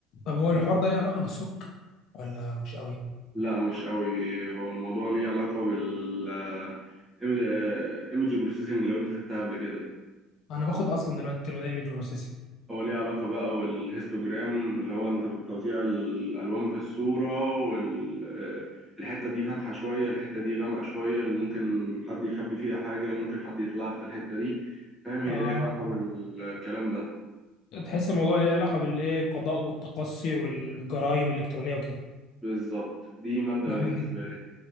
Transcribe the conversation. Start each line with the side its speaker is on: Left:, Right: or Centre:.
Left: طب هو الحوار ده ليه علاقة بالسك ولا مش قوي
Centre: لا مش قوي هو الموضوع ليه علاقة بال آه، image processing لو أنت خدتها قبل كده
Left: انا باخد اصلا دلوقتي الترم ده ايمج بروسيسنج
Centre: هو ليه علاقة بقى والهيستوجرام اللي هو انت بتوزيع الألوان في الصورة والحتة دي فاتحة شوية الحتة دي غامقة شوية اللي ممكن حد يخبي فيها حاجة ممكن حد يطلع في الحتة دي فاهم هي
Left: اه
Centre: ليه علاقة بالكلام ده
Left: تحس الموضوع ليه علاقة بالايه القضاء والتقصي والجرائم الالكترونية وكده
Centre: بالظبط دي مادة
Left: جميل
Centre: بالنسبة
Left: جدا
Centre: لي